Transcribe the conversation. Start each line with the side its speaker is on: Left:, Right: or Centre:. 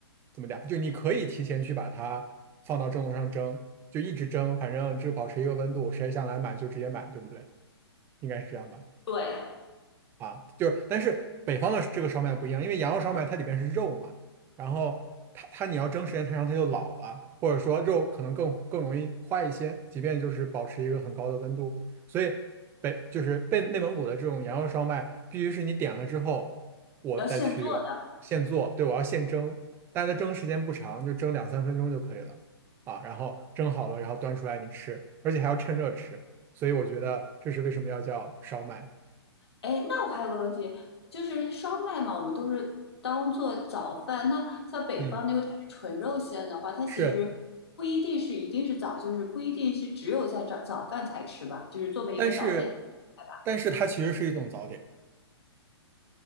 Right: 怎么讲，就你可以提前去把它放到蒸笼上蒸，就一直蒸，反正就保持一个温度，谁想来买就直接买，对不对？应该是这样吧。
Left: 对，
Right: 啊，就是，但是北方的这个烧麦不一样，因为羊肉烧麦它里边是肉嘛，然后它它你要蒸时间太长，它就老了，或者说肉可能更更容易坏一些，即便就是保持一个很高的温度，所以北就是被内蒙古的这种羊肉烧麦，必须是你点了之后，我再去现做，
Left: 要现做的。
Right: 对，我要现蒸，但它蒸时间不长，就蒸两三分钟就可以了啊，然后蒸好了，然后端出来你吃，而且还要趁热吃，所以我觉得这是为什么要叫烧麦，
Left: 哎，那我还有个问题，就是烧麦嘛，我们都是当做早饭。那像北方那个纯肉馅的话，
Right: 嗯。
Left: 它其实不一定是一定是早，
Right: 是，
Left: 就是不一定是只有在早早饭才吃吧，就是作为一个早点。
Right: 但是，
Left: 吧。
Right: 但是它其实是一种早点。